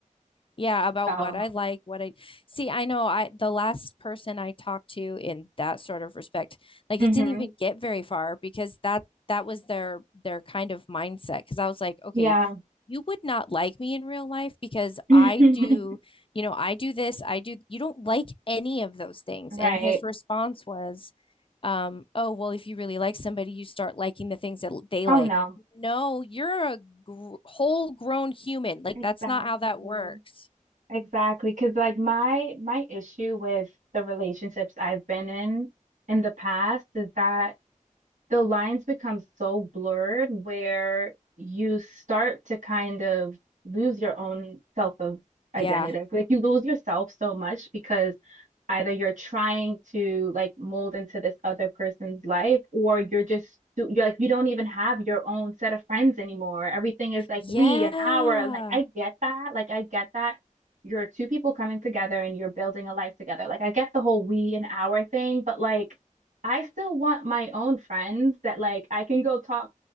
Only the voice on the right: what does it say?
So,
mhm.
Yeah.
<laughs>
Right.
Oh,
no.
Exactly.
Exactly. Because like my my issue with the relationships I've been in in the past is that the lines become so blurred where you start to kind of lose your own self of identity.
Like you lose yourself so much because either you're trying to like mold into this other person's life or you're just you're like you don't even have your own set of friends anymore. Everything is like
we and our and like I get that. Like I get that you're two people coming together and you're building a life together. Like I get the whole we and our thing, but like I still want my own friends that like I can go talk,